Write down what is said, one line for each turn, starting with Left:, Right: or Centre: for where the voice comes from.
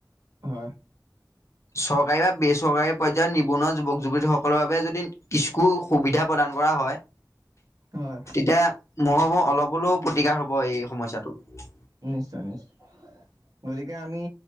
Right: হয়
Left: চওক চৰকাৰী বা বেচৰকাৰী পৰ্যায়ত নিবনুৱা যুৱক- যুৱতীসকলৰ বাবে যদি কিচকু সুবিধা প্ৰদান কৰা হয়,
Right: হয়
Left: তেতিয়া মই ভাবো অলপ হলেও প্ৰতিকাৰ হ'ব এই সমস্যাটোৰ।
Right: নিশ্চয় নিশ্চয় গতিকে আমি